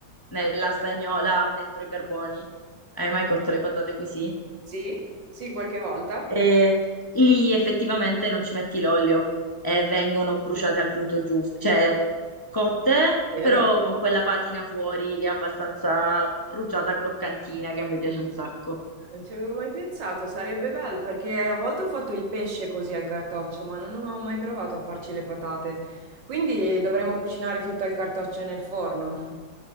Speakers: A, on the left; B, on the right.
A: nella stagnola dentro i carboni, hai mai cotto le patate così?
B: Sì, sì, qualche volta.
A: E lì effettivamente non ci metti l'olio e vengono bruciate al punto giusto, cioè cotte,
B: Vero.
A: però con quella patina fuori abbastanza bruciata croccantina che a me piace un sacco.
B: Non ci avevo mai pensato, sarebbe bello perché a volte ho fatto il pesce così al cartoccio, ma non ho mai provato a farci le patate. Quindi dovremmo cucinare tutto il cartoccio nel forno.